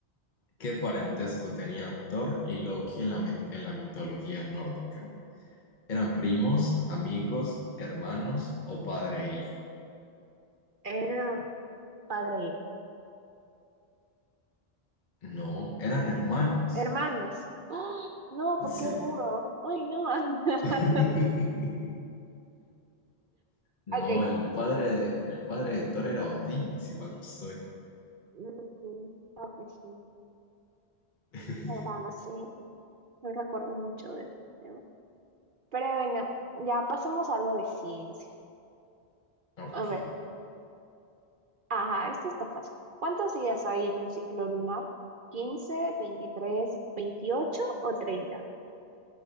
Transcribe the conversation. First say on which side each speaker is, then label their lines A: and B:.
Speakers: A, on the left; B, on the right.
A: ¿Qué parentesco tenían Thor y Loki en la, mit- en la mitología nórdica? ¿Eran primos, amigos, hermanos o padre e hijo?
B: Era padre e hijo.
A: No, eran hermanos.
B: Hermanos. ¡Ah! No, ¿por
A: Sí.
B: qué burro? Ay, no. <laughs>
A: <laughs> No,
B: Ok.
A: el padre de, el padre de Thor era Odín, si mal no estoy.
B: mm, creo que sí.
A: <laughs>
B: La verdad, no sé. No recuerdo mucho de eso. Pero bueno, ya pasemos a algo de ciencia.
A: Ok,
B: A ver, Ajá, esto está fácil. ¿Cuántos días hay en un ciclo lunar? 15, 23, 28 o 30.